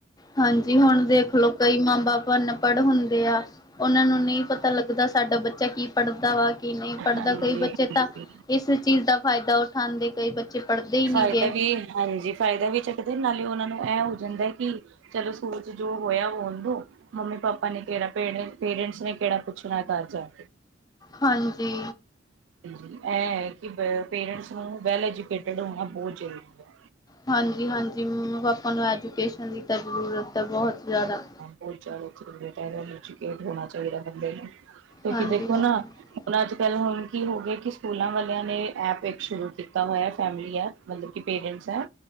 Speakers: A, on the left (about 20°); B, on the right (about 75°).
A: ਹਾਂਜੀ ਹੁਣ ਦੇਖਲੋ ਕਈ ਮਾਂ- ਬਾਪ ਅਨਪੜ੍ਹ ਹੁੰਦੇ ਆ। ਉਹਨਾਂ ਨੂੰ ਨਈ ਪਤਾ ਲੱਗਦਾ ਸਾਡਾ ਬੱਚਾ ਕੀ ਪੜ੍ਹਦਾ ਵਾ ਕੀ ਨਈ ਪੜ੍ਹਦਾ,
B: ਹਾਂਜੀ
A: ਕਈ ਬੱਚੇ
B: ਹਾਂਜੀ
A: ਤਾਂ ਇਸ ਚੀਜ਼ ਦਾ ਫਾਇਦਾ ਉਠਾਉਦੇ, ਕਈ ਬੱਚੇ ਪੜ੍ਹਦੇ ਹੀ ਨਹੀਂ
B: ਫਾਇਦਾ
A: ਗੇ।
B: ਵੀ ਹਾਂਜੀ ਫਾਇਦਾ ਵੀ ਚੱਕਦੇ ਨਾਲੇ ਉਹਨਾਂ ਨੂੰ ਇਹ ਹੋ ਜਾਂਦਾ ਕੀ ਚਲੋ ਸਕੂਲ ਚ ਜੋ ਹੋਇਆ ਵ ਹੋਣ ਦੋ ਮੰਮੀ ਪਾਪਾ ਨੇ ਕੇੜਾ ਪੇਰਂਟ ਪੇਰੈਂਟਸ ਨੇ ਕੇੜਾ ਪੁੱਛਣਾ ਤਾ ਆਜਾ
A: ਹਾਂਜੀ।
B: ਹਾਂਜੀ, ਐ ਆ ਕੀ ਵ ਪੇਰੈਂਟਸ ਨੂੰ ਵੈੱਲ ਐਜੂਕੇਟਡ ਹੋਣਾ ਬੋਤ ਜ਼ਰੂਰੀ ਐ।
A: ਹਾਂਜੀ-ਹਾਂਜੀ, ਮੰਮਾ- ਪਾਪਾ ਨੂੰ ਐਜੂਕੇਸ਼ਨ ਦੀ ਤਾਂ ਜ਼ਰੂਰਤ ਆ ਬੋਹਤ ਜ਼ਾਦਾ
B: ਬੋਤ ਜਾਦਾ ਜਰੂਰਤ ਐ ਐਜੂਕੇਟ ਹੋਣਾ ਚਾਈਦਾ ਬੰਦੇ ਨੂੰ ਕਿਉਂਕਿ
A: ਹਾਂਜੀ,
B: ਦੇਖੋ
A: ਹਾਂਜੀ,
B: ਨਾ ਹੁਣ ਅੱਜ-ਕੱਲ੍ਹ ਹੁਣ ਕੀ ਹੋ ਗੇਆ, ਕਿ ਸਕੂਲਾਂ ਵਾਲੇਆਂ ਨੇ ਐਪ ਇੱਕ ਸ਼ੁਰੂ ਕੀਤਾ ਹੋਏਆ ਫੈਮਲੀ ਐਪ ਮਤਲਬ ਕਿ ਪੇਰੈਂਟਸ ਐ,